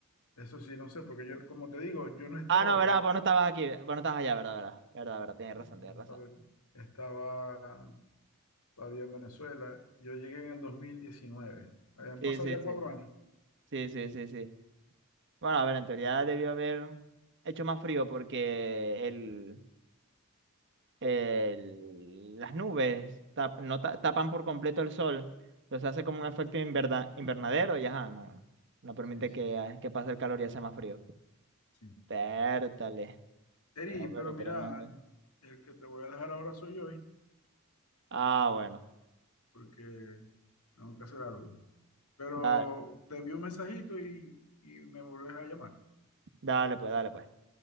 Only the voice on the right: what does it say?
Ah, no,
verdad, vos no estabas aquí. Vos no estabas allá, verdad, verdad. Verdad, verdad, tienes
razón,
tienes razón.
Sí,
sí,
sí.
Sí, sí, sí, sí. Bueno, a ver, en teoría debió haber hecho más frío porque el, el, las nubes tap- no ta- tapan por completo el sol. Entonces hace como un efecto inverda- invernadero y ajá, no, no permite
que,
ah, que pase el calor y hace más frío.
Pértale.
No, pero
tremendo.
Ah, bueno.
Da-
dale, pues, dale, pues.